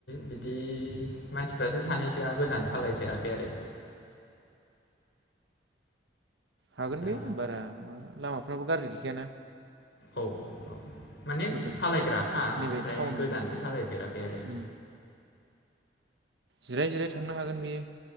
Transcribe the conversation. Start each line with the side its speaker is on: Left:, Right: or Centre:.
Left: बिदि मानसिफ्रासो सानैसोआ गोजान सालाय फेराखै आरो
Right: हागोन
Left: दा
Right: बे बारा लामाफ्राबो गाज्रि गैखायाना
Left: औ औ माने
Right: हजों
Left: सालायग्राखा
Right: नैबे
Left: ओमफ्राय
Right: टाउन
Left: गोजानसो सालायफेराखै आरो
Right: उम जिराय जिराय थांनो हागोन बियो